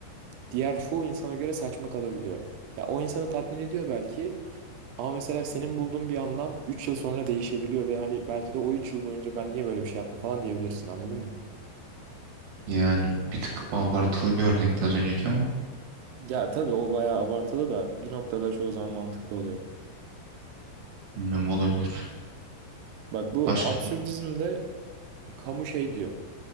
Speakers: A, on the right (about 80°); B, on the right (about 60°).
A: diğer çoğu insana göre saçma kalabiliyor. Ya o insanı tatmin ediyor belki Ama mesela senin bulduğun bir anlam 3 yıl sonra değişebiliyor ve hani belki de o 3 yıl boyunca ben niye böyle bir şey yaptım falan diyebilirsin anladın mı?
B: Yani bir tık abartılı bir örnekti az önceki ama
A: Ya tabii o bayağı abartılı da bir noktada çoğu zaman mantıklı oluyor.
B: bilmiyorum olabilir.
A: Bak bu
B: Başka
A: absürdizmde Camus şey diyor.